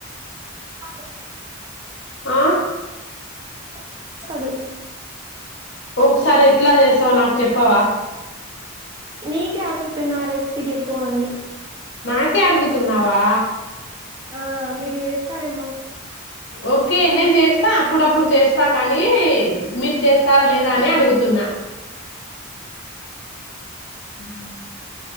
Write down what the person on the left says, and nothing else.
ఆ
ఒకసారి ఎట్లా చేసావు నాకు చెప్పవా
నాకే అడుగుతున్నావా
ఓకే నేను చేస్తా అప్పుడప్పుడు చేస్తా కానీ మీరు చేస్తారా లేదా అని అడుగుతు తున్నా హ్మ్